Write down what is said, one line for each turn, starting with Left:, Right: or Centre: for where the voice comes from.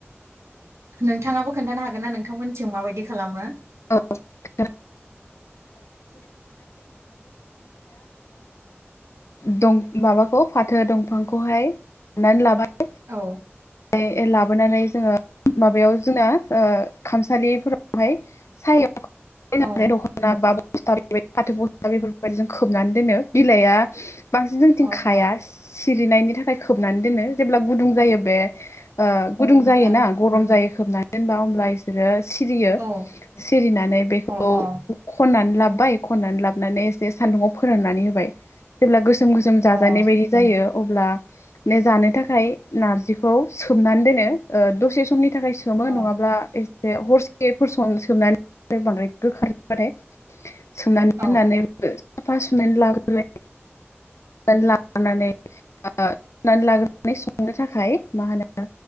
Right: नोंथाङाबो खोन्थानो हागोन ना नोंथांमोननिसिम माबायदि खालामो
Left: <inaudible> <unintelligible> दं माबाखौ फाथो दंफांखौहाय दाननानै लाबाय
Right: औ
Left: फाय लाबोनानै जोङो माबायाव जोंना खामसालिफोरावहाय सायाव
Right: औ
Left: दखना बा फस्थाबेबायदि फाथो बस्था बेफोरबायदि जों खोबनानै दोनो बिलाइआ बांसिन जोंथिं
Right: अ
Left: खाया
Right: अ
Left: सिरिनायनि थाखाय खोबनानै दोनो जेब्ला गुदुं जायो बे ओ गुदुं जायो
Right: अ
Left: ना गरम जायो खोबनानै दोनबा होमब्ला बिसोरो सिरियो
Right: ओं
Left: सिरिनानै बेखौ
Right: औ अ
Left: खननानै लाबाय खनानै लाबनानैसे सान्दुंआव फोराननानै होबाय जेब्ला गोसोम गोसोम जाजानाय
Right: अ
Left: बायदि जायो अब्ला नों जानो थाखाय नारजिखौ खौ सोमनानै दोनो दसे समनि थाखाय सोमो
Right: अ
Left: नङाब्ला हरसेफोरसो सम सोमनानै बांद्राय गोखाथार जाबाथाय सोंमनानै
Right: औ
Left: दोननानै साफा सुनानै लाग्रोबाय नानै लाग्रोनानै ओ सुनानै लाग्रोनानै संनो थाखाय मा होनो